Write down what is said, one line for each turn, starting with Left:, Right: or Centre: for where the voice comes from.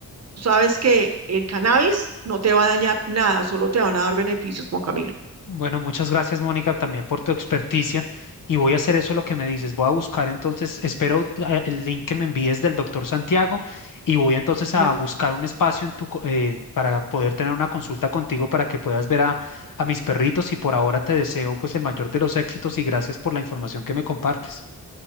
Right: Tú sabes que el cannabis no te va a dañar nada, solo te van a dar beneficios, Juan Camilo.
Left: Bueno, muchas gracias, Mónica, también por tu experticia. Y voy a hacer eso lo que me dices. Voy a buscar entonces, espero eh, el link que me envíes del doctor Santiago y voy entonces
Right: Señor.
Left: a buscar un espacio en tu, co- eh, para poder tener una consulta contigo para que puedas ver a, a mis perritos. Y por ahora te deseo pues el mayor de los éxitos y gracias por la información que me compartes.